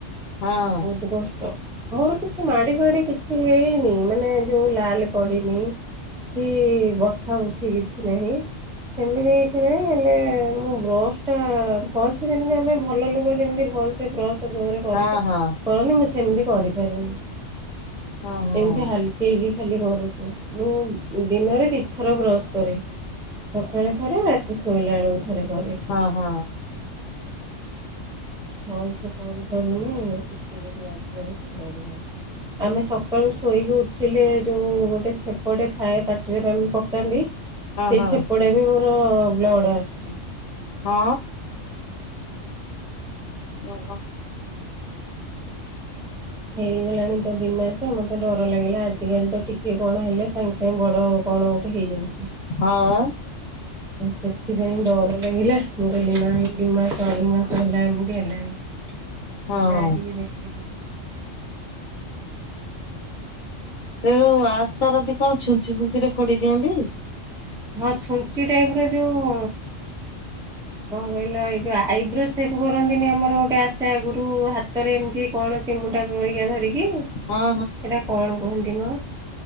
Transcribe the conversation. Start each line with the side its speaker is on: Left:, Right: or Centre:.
Left: ହଁ
Centre: ବହୁତ କଷ୍ଟ ମୋର କିଛି ମାଡି ଫାଡି କିଛି କି ହେଇନି ମାନେ ଯୋଉ ଲାଲ ପଡିନି କି ଉଠ କିଛି ନାହିଁ ସେମିତି ହେଇଛି ନାଇଁ ହେଲେ ମୁଁ ବ୍ରସ୍ ଟା ଭଲସ ଯେମିତି ଆମେ ଭଲ ଲୋକ ଯେମତି ଭଲସ। ସେ ପ୍ରୟାସ ଜୋରେ
Left: ହଁ ହଁ
Centre: କରନ୍ତି ମୁଁ ସେମିତି କରିପାରୁନି
Left: ହଁ ହଁ
Centre: ଏମିତି ହାଲକି ହେଇକି ଖାଲି ପୁଛିେ ମୁଁ ଦିନରେ ତିର୍ଥର କ୍ରସ୍ କରେ ସକାଳେ ଥରେ ରାତି ଶୋଇଲା ବେଳକୁ ଥରେ କରେ
Left: ହଁ ହଁ ହଁ ହଁ
Centre: ହଲ ସେ କରି କରୁେ ଟିକେ ଯଦି ବାଜି ଯାଉଛି୍ ବା ଆମେ ସଳୁ ଶୋଇକି ଉଠିଲେ ଯେଉ ଗୋଟେ ଛେପଟେ ଥାଏ ପାଟିରେ ପକାନ୍ତି ସେଇ
Left: ହଁ ହଁ
Centre: ଛେପଡେ ବି ମୋର ବ୍ଲଡ ଆସୁଛି।
Left: ହଁ। ଓ।
Centre: ହେଇଗଲାଣି ତ ଦିନ ମାସେ ମତେ ଡର ଲାଗିଲା ଆଜଜିିକାଲି ତ ଟିକେ କଣ ହେଲେ ସାଙ୍ଗେ ସାଙ୍ଗେ ବଡ଼ ହଉ <inaudible>
Left: ହଁ
Centre: ସେ ପାଇଁ ରିଲ ମୁଁଗିଲ ନା ଇଡି ମାସ ଆଳି ମାସ ହେଲାା ଏମିତି ହେ ଯଠିକ
Left: ହଁ।
Centre: ଦେଖି ଦେଇ କି ଅ
Left: ସେ ଯୋଉ ୱାସ କରନ୍ତି କଣ ଛୁଞ୍ଚି ଫୁଞ୍ଚି ରେ ଫୋଡି ଦିଅନ୍ତି
Centre: ହଁ ଛୁଞ୍ଚି ଟାଇପ ର ଯୋଉ
Left: ହ
Centre: କଣ କହିଲ ଏଇ ଯୋଉ ଆଇବ୍ରୋ ସେପ କରନ୍ତିନି ଆମର ଗୋଟେ ଆଶା ଗୁରୁ ହାତରେ ଏମିତି କଣ ଅ ମୁ କଟା ପରିକା ଧରିକି ସେଇଟା
Left: ହଁ
Centre: କଣ କୁହନ୍ତି ମୁଁ